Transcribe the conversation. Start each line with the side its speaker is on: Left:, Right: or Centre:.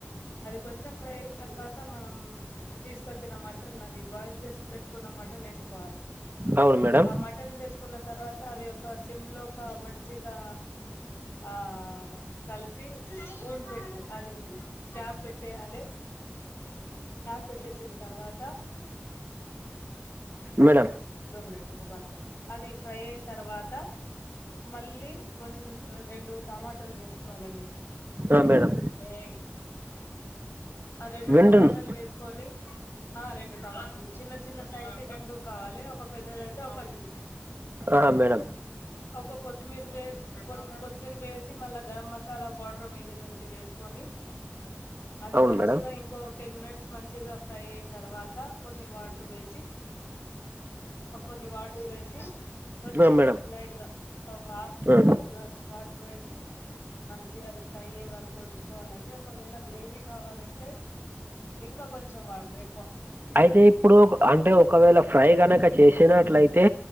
Left: అది కొంచెం ఫ్రై అయిన తర్వాత మనమ్ తీస్కొచ్చిన మటన్, అది బాయిల్ చేసి పెట్టుకున్న మటన్ వేసుకోవాలి.
Right: అవును మేడం
Left: ఆ మట్ టన్ వేసుకున్న తర్వాత అది ఒక సిమ్ లో ఒక మంచిగా ఆ కలిపి స్పూన్ పెట్టి అది క్యాప్ పెట్టేయాలె పెట్టేసిన్ తర్వాత
Right: మేడం
Left: దో మినిట్ రుకో బాత్కర్రి అది ఫ్రై అయిన తర్వాత మళ్ళీ కొన్ రెండు టమాటాలు వేస్కోవాలండి.
Right: ఆ మేడం
Left: ఏయ్ ఆ రెండు
Right: వింటున్నా
Left: టమాటాలు వేస్కొని ఆ రెండు టమాటాలు, చిన్న చిన్న సైజ్కి రెండు కావాలె ఒక పెద్దదైతే ఒకటి.
Right: ఆ మేడం
Left: ఒక కొత్తిమీర్ వేసి, కొత్తి కొత్తిమీర్ వేసి మళ్ళ గరం మసాలా పౌడర్ మీద నుంచి వేస్కొని, అది
Right: అవును
Left: మంచ్
Right: మేడం
Left: ఇంకో టెన్ మినిట్స్ మంచిగా ఫ్రై అయిన తర్వాత, కొన్ని వాటర్ వేసి ఒక్ కొన్ని వాటర్ వేసి కొంచెం
Right: ఆ మేడం
Left: లైట్ గా, ఒక హాఫ్
Right: ఆ.
Left: హాఫ్ గ్లాస్ వాటర్ వేసి మంచిగా అది ఫ్రై అయ్యే వరకు ఉంచుకోవాలండి, ఒకవేళ గ్రేవీ కావాలన్ తే ఇంకా కొంచెం వాటర్ ఎక్కువ
Right: అయితే ఇప్పుడు ఒక్ అంటే ఒకవేళ ఫ్రై గనక చేసినట్లయితే